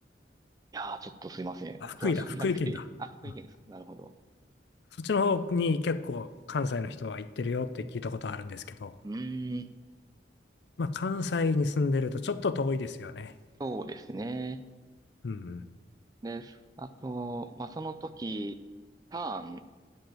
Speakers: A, on the right; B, on the left.
A: やー、ちょっとすいません。
B: あ、福井だ、
A: 詳しくなくて。
B: 福井県だ。
A: あ、福井県ですか。
B: うん
A: なるほど。
B: そっちの方に結構関西の人は行ってるよって聞いたことあるんですけど、
A: うーん、
B: まあ関西に住んでるとちょっと遠いですよね。
A: そうですね。
B: うん、う
A: です。あと、まあ、その時、ターンっ